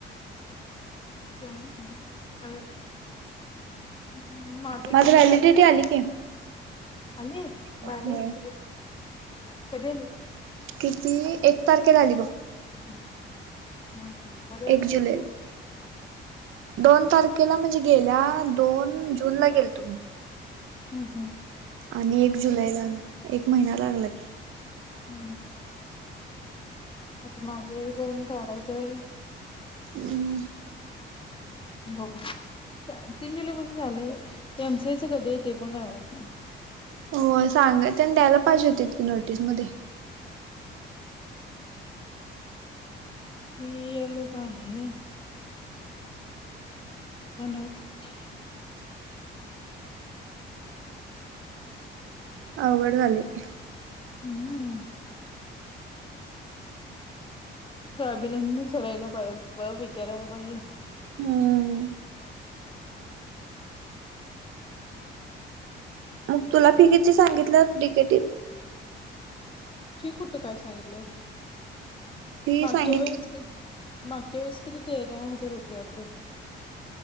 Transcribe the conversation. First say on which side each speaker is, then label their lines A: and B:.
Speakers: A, on the left; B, on the right.
A: हम्-हम्, हम्म माझं
B: माझ
A: कितीदा
B: व्हॅलिडिटी
A: <unintelligible>
B: आली की.
A: आली?
B: होय
A: भारीच की, कधी आली?
B: किती एक तारखेला आली बग.
A: हम्, हम्म-हम्म बरं
B: एक
A: झालं की.
B: जुलैला. दोन तारखेला म्हणजे गेल्या दोन जूनला गेलतो मी.
A: हम्म-हम्म
B: आणि एक जुलै ला, एक महिना लागला की.
A: हम्म आता माझं हे करून काढायचं आहे.
B: हम्म,
A: बघू. तीन जुलैपासून झालेयं एम सी ए चं कधी आहे, ते पण काय माहित नाही.
B: होय, सांगाय तेन द्यायला पाहिजे होतीत नोटीस मध्ये.
A: <unintelligible> आहे. काय नव्हचं.
B: आवघड झालयं.
A: हम्म, अ. ते अभिनंदन सरायला पाहिजे, म विचारायला पाहिजे.
B: हम्म
A: <unintelligible>
B: मग, तुला फी किती सांगितल्यात डी के डी त?
A: फी कुठे काय सांगितल्यात?
B: फी
A: मागच्या
B: सांगितली.
A: वेळेस की, मागच्या वेळेस किती ते तेरा हजार होती वाटतं.